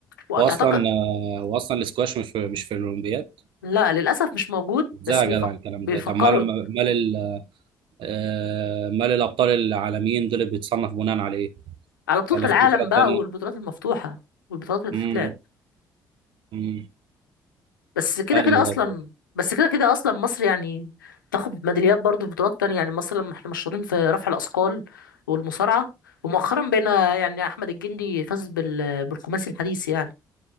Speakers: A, on the left (about 75°); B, on the right (about 50°).
A: وتعتقد
B: واصلا آه واصلا الاسكواش مش في مش في الاولمبياد
A: لا للأسف مش موجود
B: ازاي
A: بس
B: يا
A: بيفك...
B: جدع الكلام
A: بيفكروا
B: ده طب مال مال ال- آه، مال الابطال العالميين دول بيتصنف بناء عليه
A: على بطولة
B: ولا
A: العالم
B: في بطولات
A: بقى
B: تانية
A: والبطولات المفتوحة والبطولات اللي بتتلعب
B: امم امم
A: بس كده
B: ايوه
A: كده أصلا
B: ايوه
A: بس كده كده أصلا مصر يعني تاخد ميداليات برضو في بطولات تانية يعني مصر لما احنا مشهورين في رفع الأثقال والمصارعة ومؤخرا بقينا يعني أحمد الجندي فاز بال... بالخماسي الحديث يعني